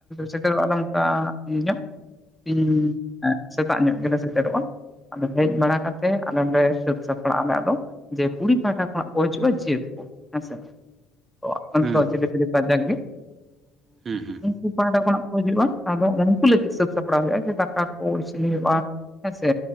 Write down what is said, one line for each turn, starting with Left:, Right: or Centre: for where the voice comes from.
Centre: ᱥᱮᱴᱮᱨᱚ ᱟᱞᱮ ᱚᱱᱠᱟ ᱤᱭᱟᱹ ᱧᱚᱜ ᱤᱧ ᱥᱮᱛᱟᱜ ᱧᱚᱜ ᱜᱮᱞᱮ ᱥᱮᱴᱮᱨᱚᱜᱼᱟ ᱟᱫᱚ ᱦᱮᱡ ᱵᱟᱲᱟ ᱠᱟᱛᱮ ᱟᱞᱮ ᱱᱚᱸᱰᱮ ᱥᱟᱹᱛ ᱥᱟᱯᱲᱟᱜ ᱟᱞᱮ ᱟᱫᱚ ᱡᱮ ᱠᱩᱲᱤ ᱯᱟᱣᱴᱟ ᱠᱷᱚᱱᱟᱜ ᱠᱚ ᱦᱤᱡᱩᱜᱼᱟ ᱡᱤᱣᱟᱹᱛ ᱠᱚ ᱦᱮᱸᱥᱮ ᱟᱯᱮ
Right: ᱦᱩᱸ
Centre: ᱫᱚ ᱪᱮᱞᱮ ᱯᱮ ᱞᱮ ᱠᱚᱣᱟ ᱡᱟᱜᱜᱮ
Right: ᱦᱩᱸ ᱦᱩᱸ
Centre: <unintelligible> ᱯᱟᱦᱴᱟ ᱠᱷᱚᱱᱟᱜ ᱠᱚ ᱦᱤᱡᱩᱜᱼᱟ ᱟᱫᱚ ᱩᱱᱠᱩ ᱞᱟᱹᱜᱤᱫ ᱥᱟᱹᱛ ᱥᱟᱯᱲᱟᱣ ᱦᱩᱭᱩᱜᱼᱟ ᱡᱮ ᱫᱟᱠᱟ ᱠᱚ ᱤᱥᱤᱱ ᱦᱩᱭᱩᱜ-ᱟ ᱦᱮᱸᱥᱮ